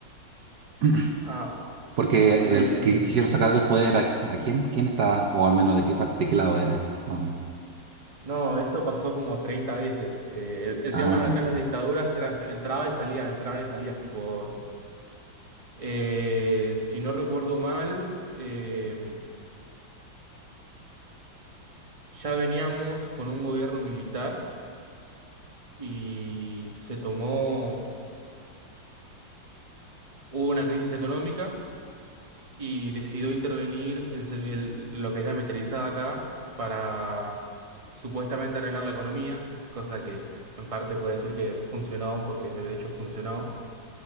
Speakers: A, on the right (about 60°); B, on the right (about 20°).
A: <clears throat>
B: Ah,
A: Porque
B: eh,
A: del- qui- quisieron sacar del poder a, a quién, quién estaba, o al menos de qué, par- de qué lado era, más o menos.
B: no, esto pasó como 30 veces. Eh, el, el
A: Ah,
B: tema de
A: ya,
B: acá las dictaduras era, se- entraba y salía, entraba y salías, tipo, eh, si no recuerdo mal, eh, ya veníamos con un gobierno militar y se tomó... Hubo una crisis económica y decidió intervenir el ser- el- lo que es la militarizada acá para supuestamente arreglar la economía, cosa que en parte puede decir que funcionó, porque de hecho funcionó,